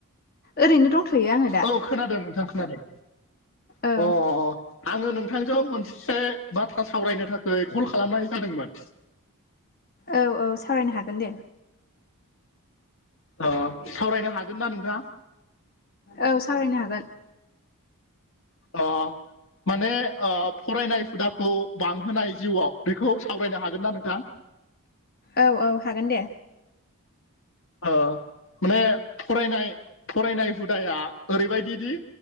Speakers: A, on the left (about 45°); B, on the left (about 60°).
A: ओरैनो दंथ'यो आङो दा
B: औ खोनादों नोंथां खोनादों
A: औ
B: अ आङो नोंथांजों मोनसे बाथ्रा सावरायनो थाखाय कल खालामनाय जादोंमोन
A: औ औ सावरायनो हागोन दे।
B: अ सावरायनो हागोनना नोंथां?
A: औ सावरायनो हागोन।
B: ओ माने ओ फरायनाय हुदाखौ बांहोनाय जिउआव बेखौ सावरायनो हागोनना नोंथां?
A: औ औ हागोन दे।
B: ओ माने फरायनाय फरायनाय हुदाया ओरैबायदिदि